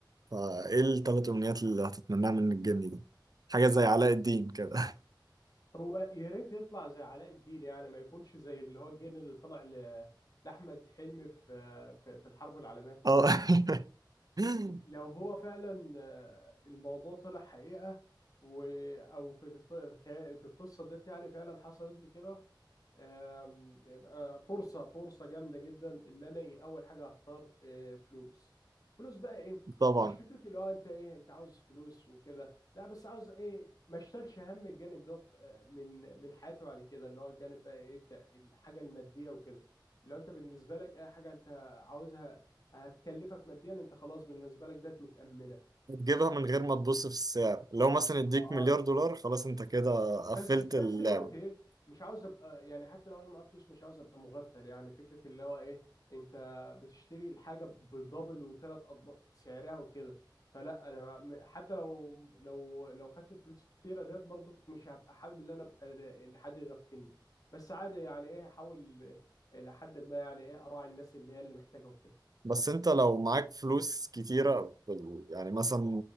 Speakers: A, on the right; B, on the left.
A: فايه الثلاث امنيات اللي هتتمناها من الجني ده حاجه زي علاء الدين كده
B: هو يا ريت يطلع زي علاء الدين يعني ما يكونش زي اللي هو الجن اللي طلع ل- لأحمد حلمي في في في الحرب العالمية التانية
A: <laughs> اه <laughs>
B: لو هو فعلا آه، الموضوع طلع حقيقة و أو في الق- في القصة ديت يعني فعلا حصلت لي كده آم، يبقى فرصه فرصه جامده جدا اللي انا إيه، اول حاجه هختار آه، فلوس فلوس بقى ايه
A: طبعا
B: مش فكره اللي هو انت ايه انت عاوز فلوس وكده لا بس عاوز ايه ما اشتلش هم الجانب دوت آه، من من حياتي بعد كده اللي هو الجانب بقى ايه الت- الحاجه الماديه وكده لو انت بالنسبه لك اي حاجه انت عاوزها هتكلفك ماديا انت خلاص بالنسبه لك ده متامنه
A: تجيبها من غير ما تبص في السعر لو مثلا اديك
B: اه
A: مليار
B: اه
A: دولار خلاص انت كده
B: آه. بس
A: قفلت
B: في
A: اللعبة
B: نفس الوقت ايه مش عاوز ابقى يعني حتى لو انا معايا فلوس مش عاوز ابقى مغفل يعني فكره اللي هو ايه انت بتشتري الحاجه بدبل وثلاث اضعاف سعرها وكده فلا انا م- حتى لو لو لو خدت فلوس كتيره ديت برضك مش هبقى حابب ان انا ابقى ل- لحد يغفلني بس عادي يعني ايه هحاول لحد ما يعني ايه اراعي الناس اللي هي اللي محتاجه وكده
A: بس انت لو معاك فلوس كتيرة بال- يعني مثلا